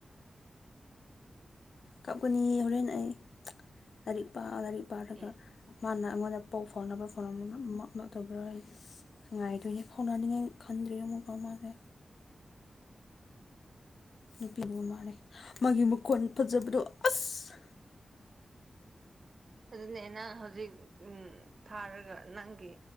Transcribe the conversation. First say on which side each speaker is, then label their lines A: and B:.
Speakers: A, on the left; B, on the right.
A: ꯀꯥꯞꯀꯅꯤ ꯍꯧꯔꯦꯟ ꯑꯩ <unintelligible> ꯂꯥꯏꯔꯤꯛ ꯄꯥ ꯂꯥꯏꯔꯤꯛ ꯄꯥꯔꯒ꯫
B: ꯑꯦ
A: ꯃꯥꯅ ꯑꯩꯉꯣꯟꯗ ꯄꯥꯎ ꯐꯥꯎꯅꯕ꯭ꯔꯥ ꯐꯥꯎꯅ <unintelligible> ꯃꯠ ꯅꯠꯇꯕ꯭ꯔꯥ ꯑꯩ ꯉꯥꯏꯗꯣꯏꯅꯦ ꯐꯎꯅꯅꯤꯉꯥꯏ ꯈꯟꯗ꯭ꯔꯦ ꯃꯨꯛꯀꯥ ꯃꯁꯦ ꯅꯨꯄꯤꯗꯨꯒ ꯃꯅꯦ ꯃꯥꯒꯤ ꯃꯈꯣꯟ ꯐꯖꯕꯗꯣ ꯑꯁ
B: ꯑꯗꯨꯅꯦ ꯅꯪ ꯍꯧꯖꯤꯛ ꯎꯝ ꯎꯝ ꯊꯥꯔꯒ ꯅꯪꯒꯤ